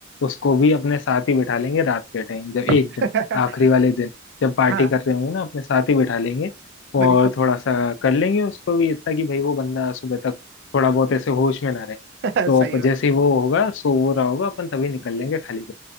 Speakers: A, on the left; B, on the right.
A: उसको भी अपने साथ ही बिठा लेंगे रात के टाइम जब एक
B: <laughs>
A: दिन आखिरी वाले दिन जब पार्टी
B: हाँ
A: कर रहे होंगे ना अपने साथ ही बिठा लेंगे और
B: बिल्कुल
A: थोड़ा सा कर लेंगे उसको भी इतना कि भाई वो बंदा सुबह तक थोड़ा बहुत ऐसे होश में ना रहे
B: <laughs>
A: तो
B: सही
A: जैसे ही वो होगा सो वो रहा होगा अपन तभी निकल लेंगे खाली